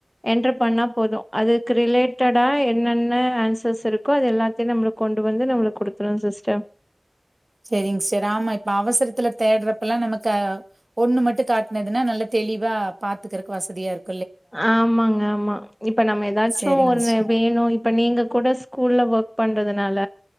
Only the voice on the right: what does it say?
செரிங் சிஸ்டர் ஆமா இப்ப அவசரத்துல தேடுறப்பல்லா நமக்கு ஆ ஒண்ணு மட்டு காட்னதுன்னா நல்லா தெளிவா பாத்துக்கறக்கு வசதியா இருக்கு
சரிங்க
சிஸ்டர்.